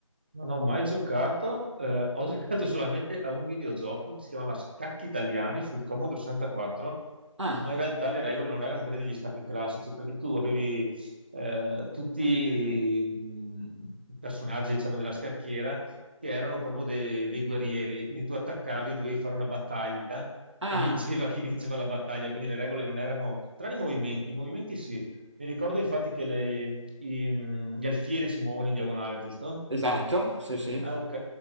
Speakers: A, on the right; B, on the right.
A: Non ho mai giocato, eh, ho <laughs> giocato solamente a un videogioco che si chiamava Scacchi Italiani sul Commodore 64,
B: Ah,
A: ma in realtà le regole non erano quelle degli scacchi classici, perché tu avevi eh, tutti mh, i personaggi, diciamo, della scacchiera che erano proprio dei, dei guerrieri e quindi tu attaccavi, dovevi fare una battaglia
B: ah,
A: e vinceva chi vinceva la battaglia, quindi le regole non erano, tranne i movimenti, i movimenti sì, mi ricordo infatti che le- i- gli alfieri si muovono in diagonale, giusto?
B: esatto, sì, sì.
A: Ah, ok,